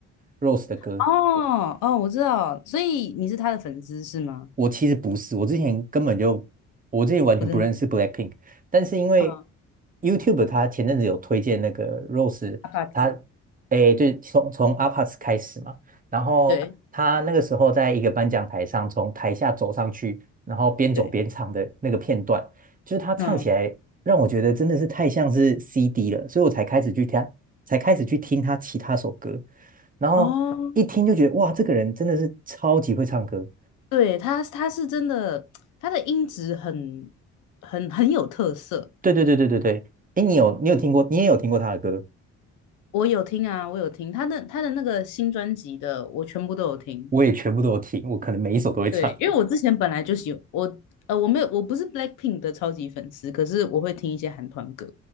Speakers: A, on the right; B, on the left.
A: Rose 的歌。
B: 哦哦，我知道，所以你是他的粉丝是吗？
A: 我其实不是，我之前根本就，我之前完全不认识
B: 我认识，
A: BLACKPINK，但是因为
B: 嗯，
A: YouTube 它前阵子有推荐那个 Rose，
B: 阿帕子，
A: 他诶，对，从从 apas 开始嘛，然后他那个时候在一个颁奖台上，
B: 对
A: 从台下走上去，然后边走边唱的那个片段，
B: <laughs> 对，
A: 就是他唱起来让我觉得真的是太像是
B: 嗯，
A: CD 了，所以我才开始去听，才开始去听他其他首歌，然后一听就觉得哇，
B: 哦，
A: 这个人真的是超级会唱歌。
B: 对，他他是真的，他的音质很很很有特色。
A: 对对对对对对，哎，你有你有听过，你也有听过他的歌？
B: 我有听啊，我有听他的他的那个新专辑的，我全部都有听。
A: 我也全部都有听，我可能每一首都会唱。
B: 对，因为我之前本来就喜我呃我没有我不是 Blackpink 的超级粉丝，可是我会听一些韩团歌，